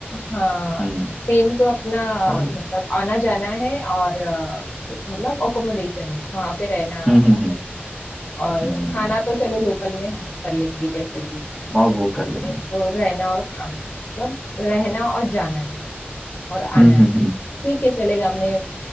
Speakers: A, on the left; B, in the centre.
A: हाँ
B: हम्म
A: मेन तो अपना
B: और
A: मतलब आना जाना है और अ, मतलब अकोमोडेशन है वहां पे रहना
B: हम्म हम्म हम्म
A: और
B: हम्म,
A: खाना तो चलो लोकल में हम कर लेंगे कैसे भी
B: हाँ वो कर लेंगे
A: तो रहना और खाना मतलब रहना और जाना है और आना
B: हम्म
A: है
B: हम्म हम्म,
A: ठीक है चलेगा हमने